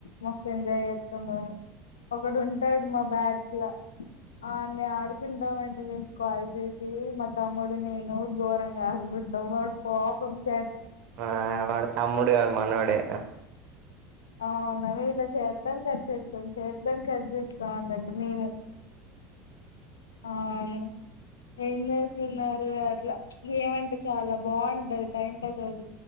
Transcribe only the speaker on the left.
మస్తు ఎంజాయ్ చెత్తమేము, ఒకడు ఉంటాడు మా బ్యాచ్ లా, అన్ని ఆడుకుంటామండి. మేము కాల్ చేసి మా తమ్ముడు. నేను ఘోరంగా ఆడుకుం, వాడు పాపం చే.
అవున ఇలా చేస్తాం. కాట్ చేస్తాం. కాట్ చేస్తాం అందరికి, మేము అవును. ఏం చేస్తున్నారు అట్లా ఏమంటే చాలా బావుంటటది టైం పాస్ అది